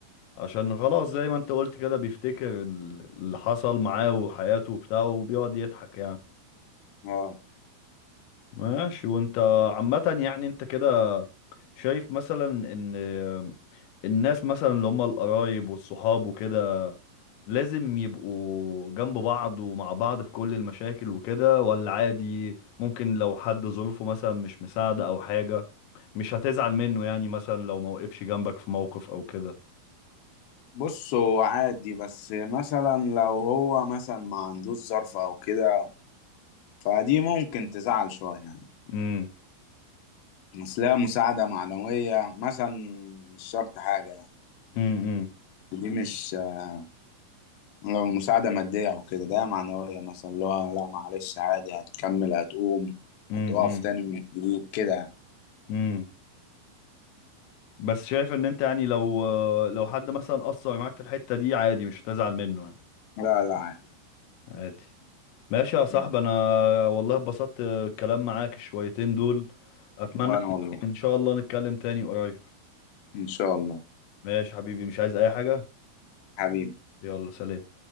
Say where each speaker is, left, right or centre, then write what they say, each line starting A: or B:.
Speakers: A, on the left; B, on the left.
A: عشان خلاص زي ما انت قلت كده بيفتكر اللي حصل معاه وحياته وبتاعه وبيقعد يضحك يعني
B: اه
A: ماشي وانت عامة يعني انت كده شايف مثلا ان الناس مثلا اللي هم القرايب والصحاب وكده لازم يبقوا جنب بعض ومع بعض في كل المشاكل وكده ولا عادي ممكن لو حد ظروفه مثلا مش مساعدة او حاجة مش هتزعل منه يعني مثلا لو ما وقفش جنبك في موقف او كده
B: بص هو عادي بس مثلا لو هو مثلا ما عندوش ظرف أو كده فدي ممكن تزعل شوية يعني
A: امم
B: أصلها مساعدة معنوية مثلا مش شرط حاجة يعني
A: امم
B: دي مش آه، لو مساعدة مادية أو كده ده معنوية مثلا اللي هو لا معلش عادي هتكمل هتقوم
A: امم
B: هتقف تاني من جديد كده يعني.
A: امم بس شايف ان انت يعني لو لو حد مثلا قصر معاك في الحتة دي عادي مش هتزعل منه يعني.
B: لا لا عادي
A: عادي ماشي يا صاحبي
B: مم.
A: انا والله اتبسطت الكلام معاك شويتين دول اتمنى
B: وأنا والله
A: ان شاء الله نتكلم تاني قريب
B: إن شاء الله
A: ماشي حبيبي مش عايز اي حاجة
B: حبيبي
A: يلا سلام